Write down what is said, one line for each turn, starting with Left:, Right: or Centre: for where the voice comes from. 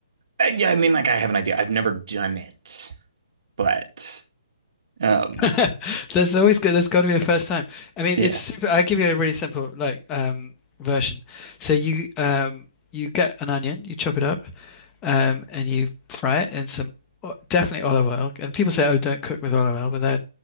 Right: Uh, Yeah, I mean, like I have an idea. I've never done it, but um,
Left: <laughs> there's always good. There's got to be a first time. I mean,
Right: yeah,
Left: it's super. I'll give you a really simple like um, version. So you um, you get an onion, you chop it up, um, and you fry it in some o- definitely olive oil. And people say, "Oh, don't cook with olive oil," but they're